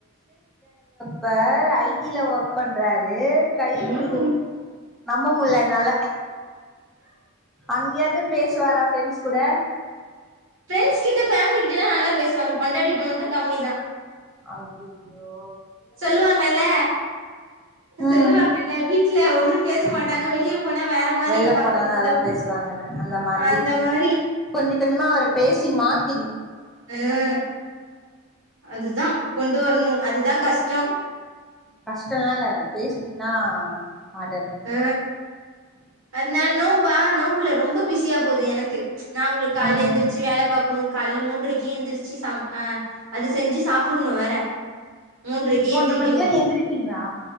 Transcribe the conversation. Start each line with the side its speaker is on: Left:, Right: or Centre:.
Centre: இப்ப ஐ டி ல ஒர்க் பண்றாரு கைய
Right: ம்
Centre: புடிக்க நம்ப முடில என்னால அங்கயாது பேசுவாரா ஃப்ரெண்ட்ஸ் குட
Right: பிரெண்ட்ஸ் கிட்ட ஃபேமிலிகிட்டலா நல்லா பேசுவாங்க பொண்டாட்டிட்ட மட்டு கம்மி தா
Centre: அய்யயோ
Right: சொல்லுவாங்கல
Centre: ம்
Right: சொல்லுவாங்கல வீட்ல ஒன்னு பேச மாட்டாங்க வெளிய போனா வேற மாரி
Centre: வெளில
Right: இருப்பாங்கள
Centre: போனா நல்லா
Right: அந்த
Centre: பேசுவாங்கன்னு அந்த மாதிரி
Right: அந்த மாரி
Centre: கொஞ்ச கொஞ்சமா அவர பேசி மாத்
Right: அஹ் அதுதா கொண்டு வரனு அதுதா கஷ்டோ
Centre: கஷ்டோலா இல்ல பேஸ்னீங்னா மாறாது
Right: ஆ அதனால நோம்பா நோம்புல ரொம்ப பிஸியா போது எனக்கு நா ஒங்ளுக்கு கால்ல
Centre: ம்
Right: எந்துர்ச்சு வேல பாக் னு கால்ல மூன்றைக்கு எந்திரிச்சி சம் அ அது செஞ்சி சாப்புனு வேற மூன்றைக்கே
Centre: மூன்ற
Right: எந்திரிக்கனு
Centre: மணிக்குலா எந்திரிப்பீங்களா